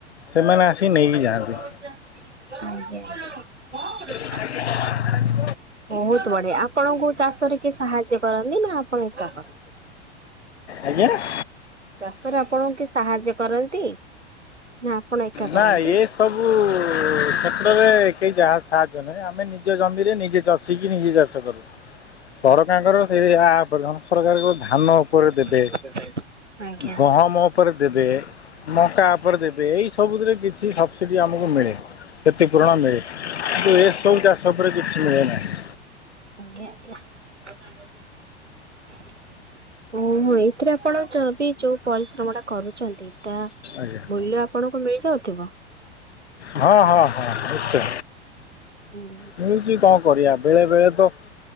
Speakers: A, on the left (about 70°); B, on the right (about 90°).
A: ସେମାନେ ଆସିିକି ନେଇକି ଯାଆନ୍ତି।
B: <unintelligible>
A: <unintelligible>
B: ବହୁତ ବଢିଆ ଆପଣଙ୍କୁ ଚାଷରେ କିଏ ସାହାଯ୍ୟ କରନ୍ତି ନା ଆପଣ ଏକା? କରନ୍ତି?
A: ଆଜ୍ଞା।
B: ଚାଷରେ ଆପଣଙ୍କୁ କିଏ ସାହାଯ୍ୟ କରନ୍ତି? ନା ଆପଣ ଏକା
A: ନା
B: କରନ୍ତି?
A: ଏ ସବୁ କ୍ଷେତ୍ରରେ କେହି ଯା ସାହାଯ୍ୟ ନୁହେଁ ଆମେ ନିଜ ଜମିରେ ନିଜେ ଚଷିକି ନିଜେ ଚାଷ କରୁ ସରକାରଙ୍କର ସେ ଏହା ଆବଧନ ପ୍ରକାରେ ଯୋଉ ଧାନ ଉପରେ ଦେବେ
B: ଆଜ୍ଞା ଆଜ୍ଞା
A: ଗହମ ଉପରେ ଦେବେ ମକା ଉପରେ ଦେବେ ଏଇସବୁଥିରେ କିଛି ସବସିଡ଼ି ଆମକୁ ମିଳେ। କ୍ଷତି ପୂରଣ ମିଳେ କିନ୍ତୁ ଏସବୁ ଚାଷ ଉପରେ କିଛି ମିଳେ ନାହିଁ।
B: ଆଜ୍ଞା ଆଜ୍ଞା <inaudible> ଓହୋ ଏଥିରେ ଆପଣ ଯ ବି ଯୋଉ ପରିଶ୍ରମ ଟା କରୁଛନ୍ତି ତା
A: ଆଜ୍ଞା।
B: ମୁଲ୍ୟ ଆପଣଙ୍କୁ ମିଳିଯାଉଥିବ!
A: ହଁ ହଁ ହଁ ନିଶ୍ଚୟ
B: ଓହୋ
A: ମିଳୁଚି କଣ କରିଆ ବେଳେ ବେଳେ ତ